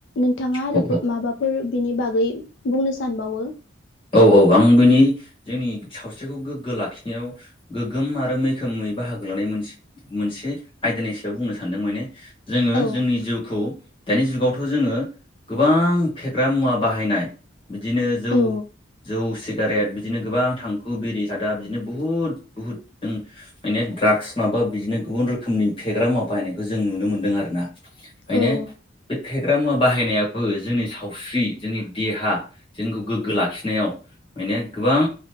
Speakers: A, on the left; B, on the left.
A: नोंथाङा आरो
B: औ
A: माबाफोर बिनि बागै बुंनो सानबावो?
B: औ औ आं बिनि जोंनि सावस्रिखौ गोग्गो लाखिनायाव गोग्गोम आरो मैखोमै बाहागो लानाय मोनसे मोनसे आयदानि सायाव बुंनो सानदों माने जोङो
A: औ
B: जोंनि जिउखौ दानि जुगावथ' जोङो गोबां फेग्रा मुवा बाहायनाय बिदिनो जौ
A: औ
B: जौ सिगारेट बिदिनो गोबां थांखु बिरि सादा बिदिनो बुहुद बुहुद जों ड्रागस माबा बिदिनो गुबुन रोखोमनि फेग्रा मुवा बाहायनायखौ जों नुनो मोनदों आरो ना माने
A: औ
B: बे फेग्रा मुवा बाहायनायाबो जोंनि सावस्रि जोंनि देहा जोंखौ गोग्गो लाखि नायाव माने गोबां